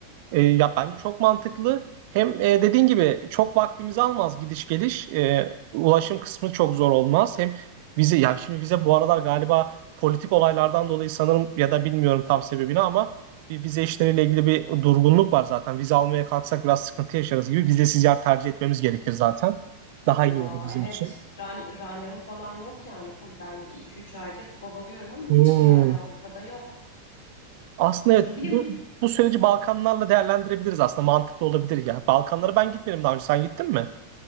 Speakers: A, on the right; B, on the left.
A: Ee, ya bence çok mantıklı. Hem e, dediğin gibi çok vaktimizi almaz gidiş geliş. Ee, ulaşım kısmı çok zor olmaz. Hem vize ya şimdi vize bu aralar galiba politik olaylardan dolayı sanırım ya da bilmiyorum tam sebebini ama bir vize işleriyle ilgili bir durgunluk var zaten. Vize almaya kalksak biraz sıkıntı yaşarız gibi. Vizesiz yer tercih etmemiz gerekir zaten. Daha
B: Ya
A: iyi olur bizim
B: evet
A: için.
B: ran- randevu falan yok yani full ben bir iki üç aydır kovalıyorum ama
A: Hmm.
B: hiçbir yerde Avrupa'da yok.
A: Aslında evet,
B: Ne bileyim
A: bu, bu süreci Balkanlarla değerlendirebiliriz aslında. Mantıklı olabilir ya. Balkanlara ben gitmedim daha önce. Sen gittin mi?